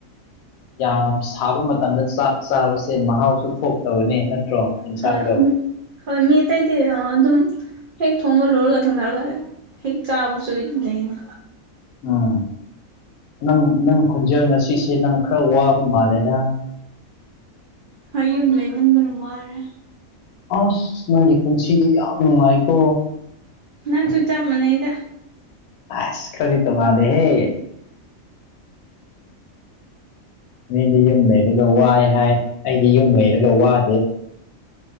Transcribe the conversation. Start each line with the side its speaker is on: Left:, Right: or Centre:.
Left: ꯌꯥꯝ ꯁꯥꯕ ꯃꯇꯝꯗ ꯆꯥꯛ ꯆꯥꯕꯁꯦ ꯃꯍꯥꯎꯁꯨ ꯊꯣꯛꯇꯕꯅꯦ ꯅꯠꯇ꯭ꯔꯣ ꯌꯦꯟꯁꯥꯡꯗꯣ
Right: ꯍꯣꯏ ꯍꯣꯏ ꯃꯤ ꯑꯇꯩꯗꯤ ꯑꯗꯨꯝ ꯍꯦꯛ ꯊꯣꯡꯕ ꯂꯣꯏꯔꯒ ꯊꯪꯗꯥꯔꯒ ꯍꯦꯛ ꯆꯥꯕꯁꯨ ꯂꯩꯅ
Left: ꯎꯝ ꯅꯪ ꯅꯪ ꯈꯣꯟꯖꯦꯜ ꯉꯁꯤꯁꯦ ꯅꯪ ꯈꯔ ꯋꯥꯕ ꯃꯥꯜꯂꯦꯗ
Right: ꯍꯣꯏ ꯌꯨꯝ ꯂꯩꯃꯟꯗꯅ ꯋꯥꯔꯦ
Left: ꯑꯁ ꯅꯪꯒꯤ ꯄꯨꯟꯁꯤꯗꯤ ꯌꯥꯝ ꯅꯨꯡꯉꯥꯏꯀꯣ
Right: ꯅꯪꯁꯨ ꯆꯞ ꯃꯥꯟꯅꯩꯗ
Left: ꯑꯁ ꯈꯔꯗꯤ ꯇꯣꯉꯥꯟꯂꯦ ꯍꯦ ꯃꯤꯗꯤ ꯌꯨꯝ ꯂꯩꯔꯒ ꯋꯥꯏ ꯍꯥꯏ ꯑꯩꯗꯤ ꯌꯨꯝ ꯂꯩꯔꯒ ꯋꯥꯗꯦ